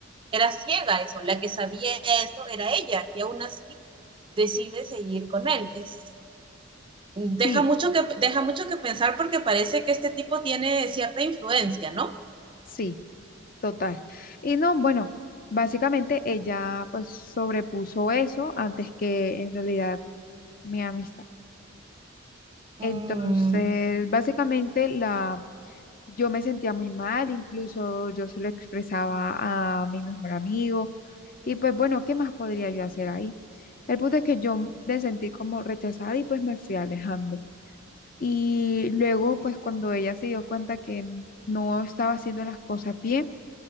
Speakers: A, on the right; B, on the left.
A: Era ciega eso, la que sabía esto era ella y aún así decide seguir con él. Es, deja,
B: Sí,
A: mucho que, deja mucho que pensar porque parece que este tipo tiene cierta influencia, ¿no?
B: sí, total. Y no, bueno, básicamente ella pues sobrepuso eso antes que en realidad mi amistad. Entonces,
A: Mm,
B: básicamente la yo me sentía muy mal, incluso yo se lo expresaba a mi mejor amigo y pues bueno, ¿qué más podría yo hacer ahí? El punto es que yo me sentí como rechazada y pues me fui alejando. Y luego, pues cuando ella se dio cuenta que no estaba haciendo las cosas bien,